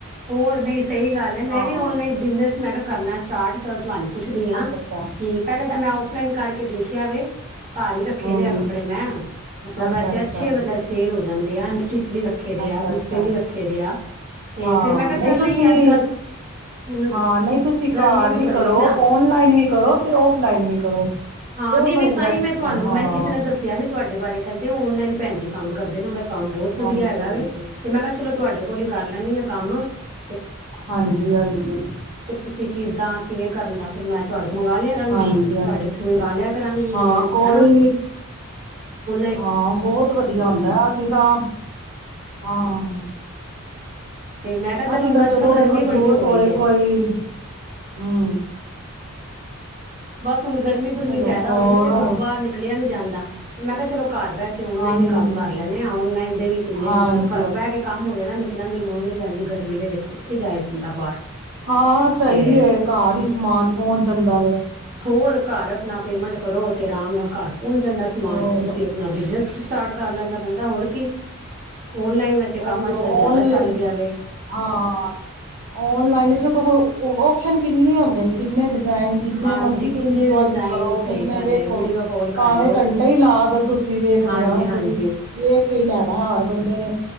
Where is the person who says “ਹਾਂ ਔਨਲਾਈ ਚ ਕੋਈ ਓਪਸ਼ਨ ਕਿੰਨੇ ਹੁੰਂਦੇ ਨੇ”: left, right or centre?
Right